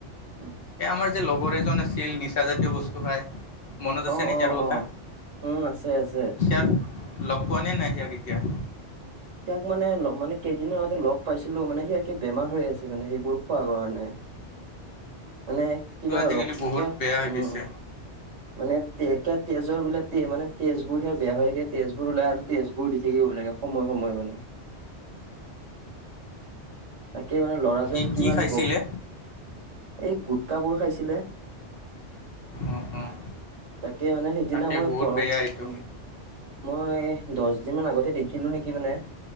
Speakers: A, on the right; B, on the left.
A: উম,
B: এই আমাৰ। লগৰ এজন আছিল নিচা জাতীয় বস্তু খাই। মনত
A: অ',
B: আছে ন
A: অ',
B: যাৰ কথা
A: অ'।
B: ইয়াৰ।
A: উম, আছে আছে।
B: লগ পোৱা নে নাই ইিয়াক এতিয়া।
A: ইাক মানে মানে কেইদনৰ আগতে লগ পাইছিলো মানে সিে বেমাৰ হৈ আছে মানে সেইবোৰ খোৱা কাৰণে। মানে
B: সেইটো
A: কিবা
B: আজিকালি
A: ৰক্ত
B: বহুত বেয়া হৈ
A: উম
B: গৈছে।
A: মানে তে তেজৰ বোলে তে মানে তেজবোৰ স বেয়া হৈ থাকে তেজ বোৰ ওলাই আৰু তেজবোৰ দি থাকিব লাগে সময় <unintelligible> সময় মানে। তাকে মানে ল'ৰাজন
B: সি
A: কিমান
B: কি খাইছিলে?
A: ব এই গুটকাবোৰ খাইছিলে
B: অঁ অঁ
A: তাকে মানে সেইদিনা
B: তাকে
A: মই
B: বহুত
A: পঢ়ো
B: বেয়া এইটো
A: উম মই দহ দিন মান আগতে দেখিলো নেকি মানে